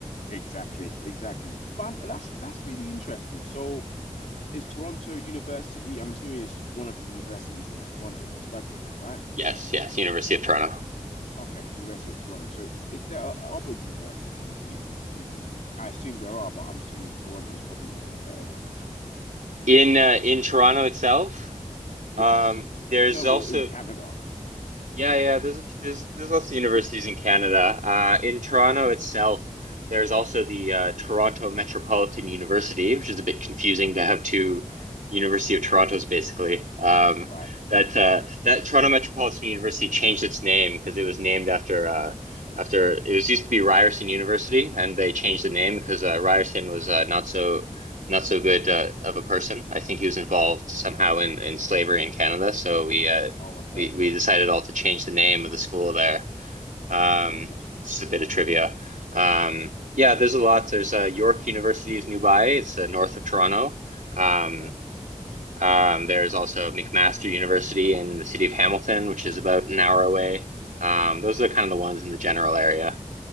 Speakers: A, on the left; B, on the right.
A: Exactly, exactly. But um, that's that's really interesting. So, is Toronto University? I'm assuming it's one of the universities in Toronto you're studying at, right?
B: Yes, yes, University of Toronto.
A: Okay, University of Toronto. So is there o- other universities in in I assume there are, but I'm assuming Toronto is probably one of the better ones.
B: In uh, in Toronto itself,
A: Yes.
B: um, there's
A: No, well,
B: also
A: in Canada,
B: Yeah, yeah. There's a, f- there's there's lots of universities in Canada. Uh, in Toronto itself, there's also the uh, Toronto Metropolitan University, which is a bit confusing to have two University of Torontos basically. Um,
A: right?
B: that uh, that Toronto Metropolitan University changed its name because it was named after uh, after it was used to be Ryerson University, and they changed the name
A: Okay.
B: because uh, Ryerson was uh, not so not so good uh, of a person. I think he was involved somehow in in slavery in Canada, so we uh,
A: Oh, okay.
B: we, we decided all to change the name of the school there. Um,
A: Interesting.
B: just a bit of trivia. Um, yeah, there's a lot. There's uh, York University is nearby. It's uh, north of Toronto. Um,
A: Okay.
B: um, there's also McMaster University in the city of Hamilton, which is about an hour away. Um, those are kind of the ones in the general area.